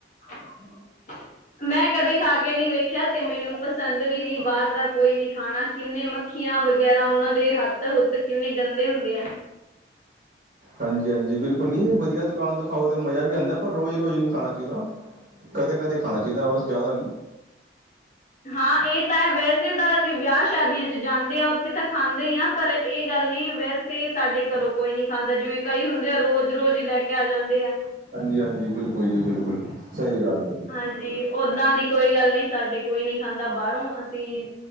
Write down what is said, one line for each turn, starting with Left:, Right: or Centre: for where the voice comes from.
Left: <inaudible> ਮੈਂ ਕਦੇ ਖਾ ਕੇ ਨਹੀਂ ਵੇਖਿਆ, ਤੇ ਮੈਨੂੰ ਪਸੰਦ ਵੀ ਨਹੀਂ ਬਾਹਰ ਦਾ ਕੋਈ ਵੀ ਖਾਣਾ, ਕਿੰਨੇ ਮੱਖੀ ਮਖੀਆਂ ਵਗੈਰਾ, ਉਹਨਾਂ ਦੇ ਹੱਥ ਹੁੱਤ ਕਿੰਨੇ ਗੰਦੇ ਹੁੰਦੇ ਆ।
Right: ਹਾਂਜੀ ਹਾਂਜੀ, ਬਿਲਕੁਲ ਨੀ ਵਧੀਆ ਦੁਕਾਨ ਤੋ ਖਾਓ ਤਾਂ ਮਜ਼ਾ ਵੀ ਆਉਂਦਾ, ਪਰ ਰੋਜ਼ ਰੋਜ਼ ਨਹੀਂ ਖਾਣਾ ਚਾਹੀਦਾ, ਕਦੇ ਕਦੇ ਖਾਣਾ ਚਾਹੀਦਾ, ਬਸ ਜ਼ਿਆਦਾ ਨਹੀਂ।
Left: ਹਾਂ ਇਹ ਤਾਂ ਹੈ, ਵੈਸੇ ਤਾਂ ਅਸੀਂ ਵਿਆਹ ਸ਼ਾਦੀਆਂ ਚ ਜਾਂਦੇ ਹਾਂ ਉੱਥੇ ਤਾਂ ਖਾਂਦੇ ਹੀ ਹਾਂ, ਪਰ ਇਹ ਗੱਲ ਨਹੀਂ ਵੈਸੇ ਤੇ ਸਾਡੇ ਘਰੋਂ ਕੋਈ ਨੀ ਖਾਂਦਾ, ਜਿਵੇਂ ਕਈ ਹੁੰਦੇ ਆ, ਰੋਜ਼ ਰੋਜ਼ ਹੀ ਲੈ ਕੇ ਆ ਜਾਂਦੇ ੲੈ।
Right: ਹਾਂਜੀ ਹਾਂਜੀ, ਬਿਲਕੁਲ ਜੀ ਬਿਲਕੁਲ, ਸਹੀ ਗੱਲ ਏ ਜੀ।
Left: ਹਾਂਜੀ ਓਦਾਂ ਦੀ ਕੋਈ ਗੱਲ ਨਹੀਂ, ਸਾਡੇ ਕੋਈ ਨੀ ਖਾਂਦਾ ਬਾਹਰੋਂ, ਅਸੀਂ